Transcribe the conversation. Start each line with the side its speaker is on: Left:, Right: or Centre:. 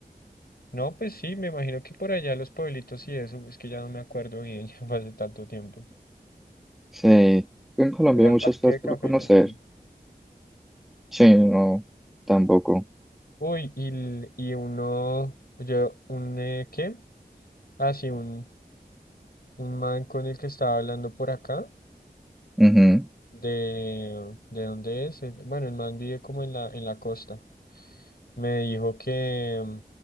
Left: No, pues sí, me imagino que por allá los pueblitos y eso, es que ya no me acuerdo bien, <laughs> ya fue hace tanto tiempo.
Centre: sí. En Colombia
Left: Pero al
Centre: hay muchas
Left: parque
Centre: cosas
Left: de café
Centre: por conocer.
Left: no fui.
Centre: Sí, no, tampoco.
Left: Uy, y, l- y uno, yo, un, eh, ¿qué? Ah, sí, un, un man con el que estaba hablando por acá,
Centre: Ujú,
Left: de, ¿de dónde es? El- Bueno, el man vive como en la, en la costa. Me dijo que, mm,